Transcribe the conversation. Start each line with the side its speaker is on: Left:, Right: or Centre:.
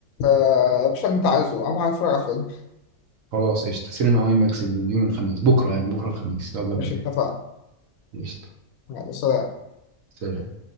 Left: آه، يا باشا اللي انت عايزه انا هتفرج على الفيلم
Right: خلاص قشطة سينما اي ماكس اليوم الخميس بكرة يعني بكرة الخميس يلا
Left: ماشي
Right: بينا
Left: اتفقنا
Right: قشطة
Left: يلا سلام
Right: سلام